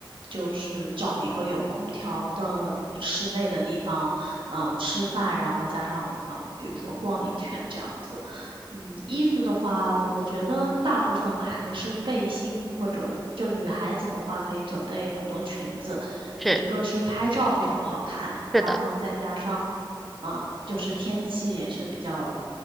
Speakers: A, on the right; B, in the centre.
A: 就是找一个有空调的室内的地方，嗯，吃饭，然后加上嗯，比如说逛一圈这样子。嗯，衣服的话，我觉得大部分还是背心，或者就女孩子的话，可以准备很多裙子，
B: 是
A: 一个是拍照非常好看，
B: 是的。
A: 然后再加上，呃，就是天气也是比较